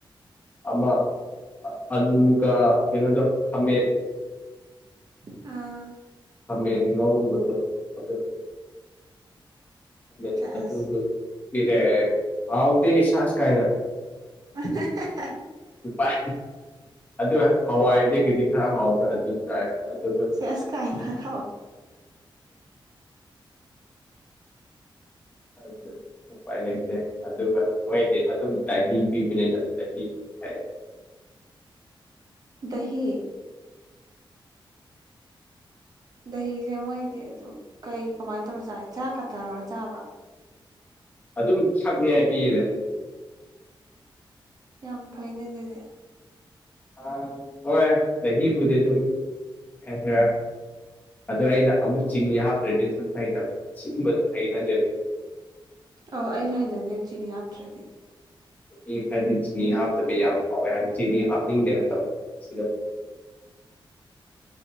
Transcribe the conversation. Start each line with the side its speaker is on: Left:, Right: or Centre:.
Left: ꯑꯃ ꯑꯂꯨꯒ ꯑꯦꯩꯅꯣꯗ ꯈꯝꯦꯜ
Right: ꯑ
Left: ꯐꯃꯦ ꯉꯕꯗꯣ ꯑꯗꯨ ꯑꯗꯨ
Right: ꯁꯦꯁ
Left: ꯑꯗꯨ ꯑꯗꯨ ꯐꯔꯦ ꯍꯥꯎꯥꯎꯗ ꯁꯁ ꯀꯥꯏꯅ
Right: <unintelligible>
Left: ꯥꯏ ꯑꯗꯨ ꯍꯋꯥꯏꯗꯒꯤꯗꯤ ꯈꯔ ꯍꯥꯎꯕ꯭ꯔꯥ ꯑꯗꯨ ꯆꯥꯏ ꯑꯗꯨꯒ
Right: ꯁꯤ ꯑꯁ ꯀꯥꯏ ꯐꯔ ꯊ
Left: ꯑꯗꯨ ꯎꯄꯥꯏ ꯂꯩꯇꯦ ꯑꯗꯨꯒ ꯃꯣꯏꯗꯤ ꯑꯗꯨꯝ ꯗ ꯄꯤꯕꯅꯤꯅ ꯗ ꯍ
Right: ꯗꯍꯤ ꯗꯍꯤꯁꯦ ꯃꯣꯏꯗꯤ ꯑꯗꯨꯝ ꯀꯩ ꯀꯃꯥꯏꯅ ꯇꯧꯔ ꯆꯥꯏ ꯆꯥꯛꯀ ꯇꯥꯔꯔ ꯆꯥꯕ꯭ꯔꯥ ꯎ
Left: ꯑꯗꯨꯝ ꯁꯛꯅꯤ ꯍꯥꯏ ꯄꯤꯌꯦꯅꯦ
Right: ꯌꯥꯝ ꯐꯩꯅꯦ ꯑꯗꯨꯗꯤ
Left: ꯑ ꯍꯣꯏ ꯆꯍꯤꯍꯤꯕꯨꯗꯤꯦ ꯇꯁ ꯑꯗꯨ ꯑꯩꯅ ꯑꯃꯨꯛ ꯆꯤꯅꯤ ꯍꯥꯞꯇ꯭ꯔꯦꯅꯦ ꯍꯩ ꯇꯕ ꯁꯤꯕꯗꯣ ꯍꯩꯔꯗꯦ
Right: ꯑꯧ ꯑꯩ ꯍꯩꯅꯗꯦ ꯆꯤꯅꯤ ꯍꯥꯞꯇ꯭ꯔꯗꯤ
Left: ꯃꯤ ꯐꯗꯤ ꯆꯤꯅꯤ ꯍꯥꯞꯇꯕꯤ ꯌꯥꯝ ꯍꯥꯎꯋꯦ ꯍꯥꯏ ꯆꯤꯅꯤ ꯍꯥꯞꯅꯤꯡꯗꯦꯅ ꯇꯧꯅꯤ ꯁꯤꯗ
Right: <inaudible>